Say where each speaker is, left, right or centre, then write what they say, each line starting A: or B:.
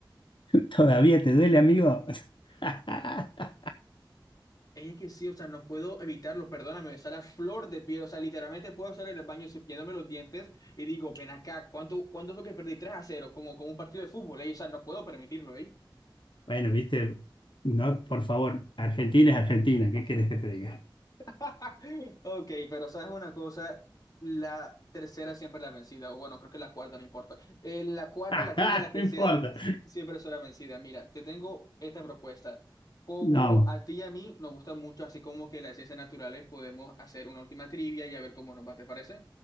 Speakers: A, on the left; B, on the left.
A: ¿Todavía te duele, amigo? <laughs>
B: Es que sí, o sea, no puedo evitarlo, perdóname, me sale a flor de piel, o sea, literalmente puedo estar en el baño supiéndome los dientes y digo, ven acá, ¿cuánto, cuánto fue que perdí 3 a cero, Como, como un partido de fútbol, ¿eh? O sea, no puedo permitirlo, ¿eh?
A: Bueno, viste, no, por favor, Argentina es Argentina, ¿qué quieres que te diga?
B: <laughs> Ok, pero sabes una cosa, la tercera siempre es la vencida, o bueno, creo que la cuarta, no importa. Eh, la cuarta,
A: <laughs>
B: la quinta, la que
A: No importa.
B: sea, siempre es la vencida. Mira, te tengo esta propuesta. Como
A: No,
B: a ti y a mí nos gusta mucho, así como que las ciencias naturales, podemos hacer una última trivia y a ver cómo nos va, ¿te parece?